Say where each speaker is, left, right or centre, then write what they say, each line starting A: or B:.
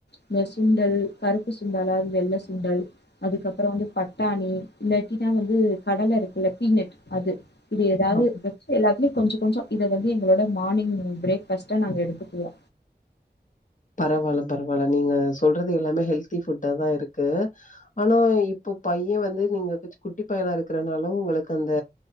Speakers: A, on the left; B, on the left.
A: இந்த சுண்டல் கருப்பு சுண்டல் ஆர் வெள்ள சுண்டல் அதுக்கப்றோ வந்து பட்டாணி இல்லாட்டினா வந்து கடல இருக்குல்ல பீனட் அது இது ஏதாது
B: அ
A: வச்சி எல்லாத்துலியு கொஞ்சோ கொஞ்சோ இத வந்து எங்களோட மானிங் பிரேக்ஃபாஸ்ட்டா நாங்க எடுத்துக்குவோ
B: பரவால்ல பரவால்ல நீங்க சொல்றது எல்லாமே ஹெல்தி ஃபுட்ட தான் இருக்கு ஆனா இப்போ பைய வந்து நீங்க கொஞ்சோ குட்டி பையனா இருக்கறனால உங்ளுக்கு அந்த